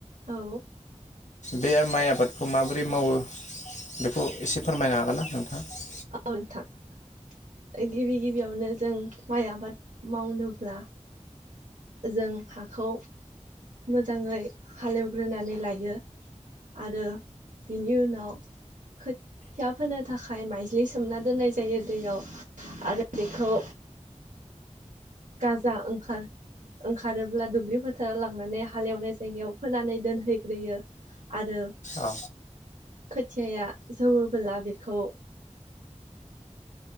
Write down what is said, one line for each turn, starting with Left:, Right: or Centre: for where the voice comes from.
Right: औ
Left: बे माइ आबादखौ माबोरै मावो बेखौ एसे फोरमायनो हागोन ना नोंथाङा?
Right: औ नोंथां गिबि गिबियावनो जों माइ आबाद मावनोब्ला जों हाखौ मोजाङै हालेवग्रोनानै लायो आरो बिनि उनाव खोथिया फोनो थाखाय माइज्लि सोमना दोननाय जायो दैयाव आरो बेखौ गाजा ओंखार ओंखारोब्ला दुब्लि फोथाराव लांनानै हालेवनाय जायगायाव फोनानै दोनहैग्रोयो आरो
Left: औ
Right: खोथियाया जौवोबोला बेखौ